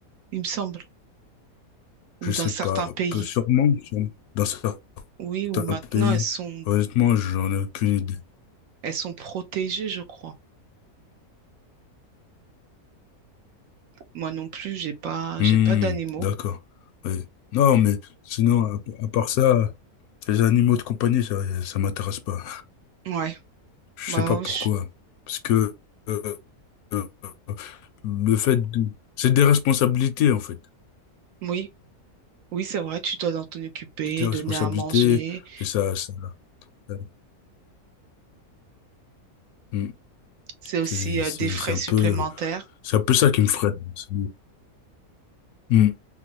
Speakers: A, on the right; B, on the left.
A: Il me semble. ou
B: Je sais
A: dans certains
B: pas,
A: pays,
B: peu sûrement, sûrement. dans ça.
A: oui, où
B: un
A: maintenant
B: pays,
A: elles sont,
B: honnêtement, j'en ai aucune idée.
A: elles sont protégées, je crois. Moi non plus, j'ai pas,
B: Hmm,
A: j'ai pas d'animaux.
B: d'accord. Oui. Non, mais sinon, à, à part ça, les animaux de compagnie, ça, ça m'intéresse pas.
A: Ouais,
B: Je
A: Bah
B: sais pas
A: oui,
B: pourquoi.
A: je-
B: Parce que euh, euh, euh, le fait de... C'est des responsabilités, en fait.
A: oui, oui, c'est vrai, tu dois t'en occuper,
B: C'est des responsabilités,
A: donner à manger.
B: et ça... ça, ça- hmm.
A: C'est aussi
B: C'est
A: euh,
B: c'est-
A: des frais
B: c'est un
A: supplémentaires.
B: peu, c'est un peu ça qui me freine. C'est- hmm,